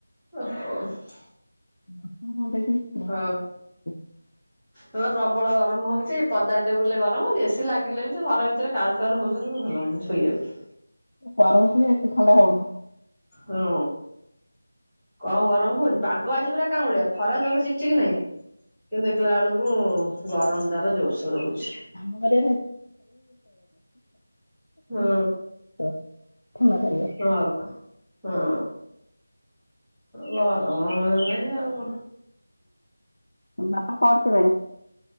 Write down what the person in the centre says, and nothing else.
ଓହ।
ହଁ।
ସେ ପ୍ରବଳ ଗରମ ହଉଛି ଏଇ ପଦା ଟେବୁଲୁ ରେଗରମ ହଉଛି ଏସିି ଲାଗିଲେ ବି ସେ ଘର ଭିତରେ କାର ଗରମ ହଉଛି ତ ଭଲ ଲାଗୁନି ଶୋଇବାକୁ।
ହୁଁ। କମ୍ ଗରମ ହଉଛି ପାଗ ଆଜି ପୁରା କାଁଉଳିଆ ଖରା ଜମା ଚିକଚିକ୍ ନାଇଁ। କିନ୍ତୁ ଦେଖିଲା ବେଳକୁ ଗରମ ତାର ଜୋରସୋର ହଉଛି।
ହୁଁ
ହଁ ବା ହଁ। ବଅନେଇ ଆଉ।